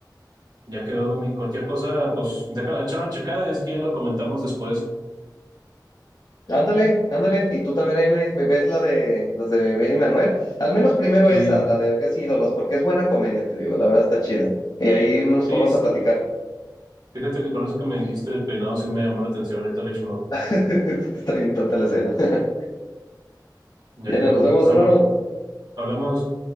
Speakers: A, on the right; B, on the left.
A: ya quedó de mí. Cualquier cosa, pues déjala, échale una checada y si quieres lo comentamos después.
B: Ándale, ándale, y tú también ahí me, me ves la de las de Ben y Manuel. Al menos primero
A: Sí,
B: esa, la de Casi Ídolos, porque es buena comedia, te digo, la verdad está chida. Y ahí nos
A: sí,
B: ponemos
A: s-
B: a platicar.
A: fíjate que con eso que me dijiste del peinado sí me llamó la atención. Ahorita le echo un ojo.
B: <laughs> Está bien tonta la escena. <laughs>
A: Ya
B: Ya
A: quedó
B: no, nos
A: de
B: vemos,
A: mí. Bueno,
B: hermano.
A: hablamos.